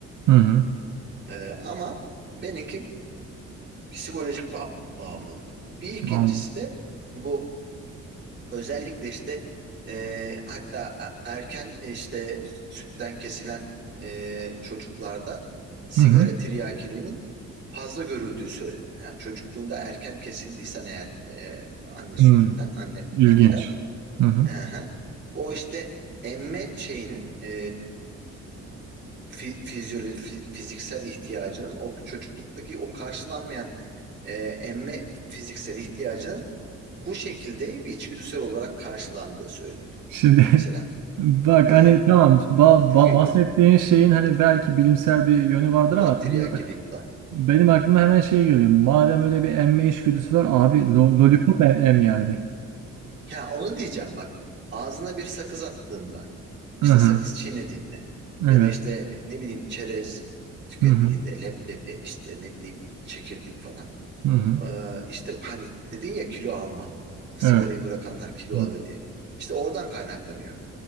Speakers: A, on the right; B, on the right.
A: Hı hı.
B: Ee, ama benimki psikolojik ba- bağımlılık. Bir ikincisi
A: Anladım.
B: de bu Özellikle işte e, hatta a- erken e, işte sütten kesilen e, çocuklarda sigara
A: Hı hı.
B: tiryakiliğinin fazla görüldüğü söyleniyor. Yani çocukluğunda erken kesildiysen eğer e, anne sütünden,
A: Hı.
B: anne
A: İlginç.
B: memeden
A: Hı hı.
B: aha, o işte emme şeyinin e, fi- fizyolo- fi- fiziksel ihtiyacının o çocukluktaki o karşılanmayan e, emme fiziksel ihtiyacının bu şekilde bir içgüdüsel olarak karşılandığı söyleniyor.
A: Şimdi <laughs>
B: Mesela
A: bak
B: ha,
A: hani tamam ba-
B: çok
A: ba-
B: ilginç.
A: bahsettiğin şeyin hani belki bilimsel bir yönü vardır
B: Dudak
A: ama
B: tiryakiliği
A: benim,
B: bu da.
A: benim aklıma hemen şey geliyor. Madem öyle bir emme içgüdüsü var abi lo- lollipop em, em yani.
B: Ya onu diyeceğim bak. Ağzına bir sakız attığında, işte
A: Hı hı.
B: sakız çiğnediğinde ya
A: Evet.
B: da işte ne bileyim çerez tükettiğinde,
A: Hı hı.
B: leblebi işte ne bileyim çekirdek falan.
A: Hı hı.
B: Ee, işte hani dedin ya kilo alma. Sigarayı
A: Evet.
B: bırakanlar kilo alıyor
A: Evet.
B: diye. İşte oradan kaynaklanıyor.